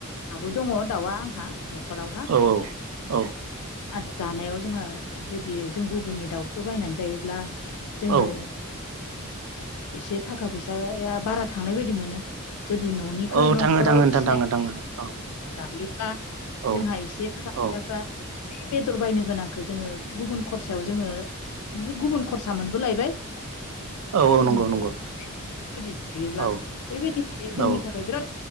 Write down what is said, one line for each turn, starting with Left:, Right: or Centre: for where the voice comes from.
Left: आबो दङ दाउआ आंहा न'खरावहा
Right: औ-औ-औ
Left: आरो जानायाव जोङो जुदि जों गुबुननि दाउखौ बायनानै जायोब्ला जोङो
Right: औ
Left: एसे थाखा फैसाया बारा थांनाय बायदि मोनो जुदि न'निखौ
Right: औ
Left: न'खराव
Right: थाङो थाङो नोंथां
Left: फिसिनायखौ
Right: थाङो थाङो औ
Left: जायोब्ला
Right: औ
Left: जोंहा एसे थाखा फैसाफ्रा
Right: औ
Left: बेदर बायनो गोनांखो जोङो गुबुन खरसायाव जोङो गुबुन खरसा मोनबोलायबाय
Right: औ औ
Left: जों
Right: नंगौ
Left: न'आव
Right: नंगौ
Left: <unintelligible> जायोब्ला
Right: औ
Left: बेबायदि माने जोंनि
Right: औ
Left: थाखाय बिराद